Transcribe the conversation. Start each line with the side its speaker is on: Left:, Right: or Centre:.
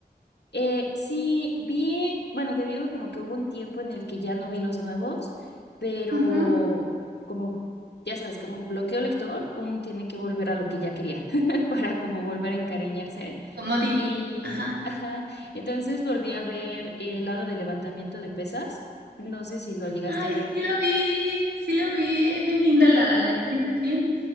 Left: Eh, sí, vi, bueno, te digo como que hubo un tiempo en el que ya no vi los nuevos, pero
Right: Ujú,
Left: como, ya sabes, como bloqueo lector, uno tiene que volver a lo que ya quería <laughs> para como volver a encariñarse.
Right: El comodín.
Left: Y,
Right: Ajá.
Left: ajá, entonces volví a ver eh, el lado de levantamiento de pesas. No sé si lo llegaste
Right: Ay,
Left: a ver.
Right: sí lo vi, sí lo vi. Es bien linda la, la actriz, es bien.